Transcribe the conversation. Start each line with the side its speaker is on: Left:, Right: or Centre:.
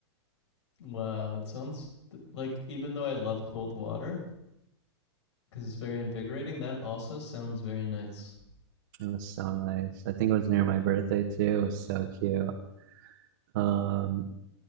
Left: Wow, that sounds th- like even though I love cold water because it's very invigorating, that also sounds very nice.
Right: It was so nice. I think it was near my birthday too. It was so cute. Um,